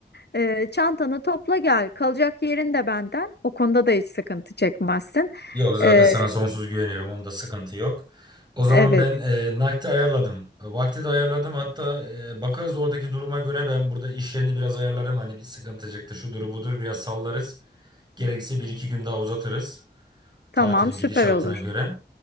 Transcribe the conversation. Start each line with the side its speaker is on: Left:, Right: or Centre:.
Left: E, çantanı topla gel. Kalacak yerin de benden. O konuda da hiç sıkıntı çekmezsin.
Right: Yok zaten
Left: E,
Right: sana sonsuz güveniyorum. Onda sıkıntı yok. O zaman
Left: evet.
Right: ben e, nakdi ayarladım. E, Vakti de ayarladım. Hatta e, bakarız oradaki duruma göre ben burada iş yerini biraz ayarlarım. Hani bir sıkıntı çıktı şudur budur biraz sallarız. Gerekse bir iki gün daha uzatırız. Tatilin
Left: Tamam, süper
Right: gidişatına
Left: olur.
Right: göre.